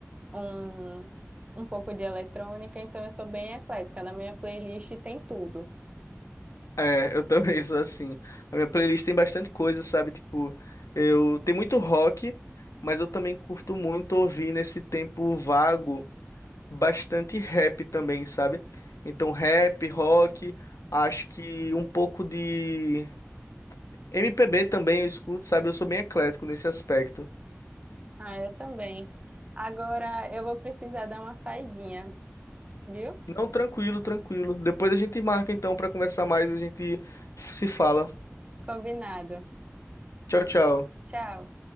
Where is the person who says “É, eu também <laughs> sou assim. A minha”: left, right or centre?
Left